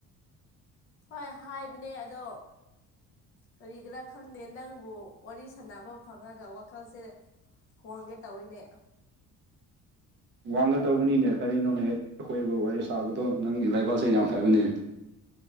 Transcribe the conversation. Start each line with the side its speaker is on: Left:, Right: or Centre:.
Left: ꯍꯣꯏ ꯍꯥꯏꯕꯅꯦ ꯑꯗꯣ ꯀꯔꯤꯒꯔꯥ ꯈꯪꯗꯦ ꯅꯪꯕꯨ ꯋꯥꯔꯤ ꯁꯥꯟꯅꯕ ꯐꯪꯉꯒ ꯋꯥꯈꯜꯁꯦ ꯍꯣꯡꯒꯦ ꯇꯧꯋꯤꯅꯦ
Right: ꯋꯥꯡꯒꯗꯧꯕꯅꯤꯅꯦ ꯀꯔꯤꯅꯣꯅꯦ ꯍꯦꯛ ꯑꯩꯈꯣꯏꯕꯨ ꯋꯥꯔꯤ ꯁꯥꯕꯗꯣ ꯅꯪꯒꯤ ꯂꯥꯏꯕꯥꯛꯁꯦ ꯌꯥꯝ ꯐꯕꯅꯦ